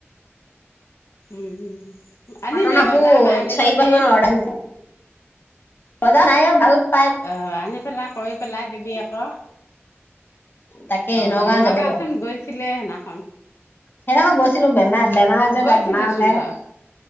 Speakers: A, on the left; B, on the left.
A: উম, আনিবি
B: কটন কাপোৰ
A: বজাৰ পৰা আনি
B: চাৰি
A: লবি।
B: <unintelligible> <unintelligible>
A: অ', আনি পেলাই কৰি পেলাই দিবি আকৌ।
B: তাকে
A: অ, নগাঁৱত
B: যাবগে
A: চোন গৈছিলিয়ে সেইদিনাখন।
B: সেইদিনাখন গৈছিলোঁ বেমাৰ বেমাৰ আজাৰ
A: গৈছিলিচোন
B: তাই বেমাৰ ওলায়।
A: তই